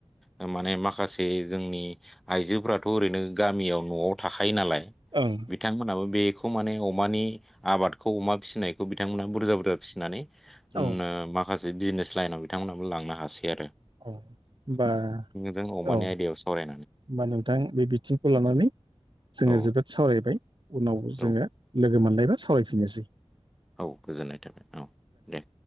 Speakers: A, in the centre; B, on the right.
A: ओ माने मा खासे जोंनि आइजोफ्राथ' ओरैनो गामियाव न'आव थाखायो नालाय।
B: ओं
A: बिथांमोनाबो बेखौ माने अमानि आबादखौ अमा फिसिनाय खौ बिथांमोना बुरजा बुरजा फिसिनानै उम
B: औ
A: नो माखासे बिजनेस लाइनाव बिथांमोनाबो लांनो हासै आरो।
B: अ होमबा
A: जों अमानि
B: औ
A: आयदायाव सावराय
B: होमबा नोंथां बे बिथिंखौ लानानै जोङो
A: औ
B: जोबोद सावरायबाय उनाव
A: औ
B: जोङो लोगो मोनलायबा सावरायफिनोसै।
A: औ गोजोननाय थाबाय औ दे।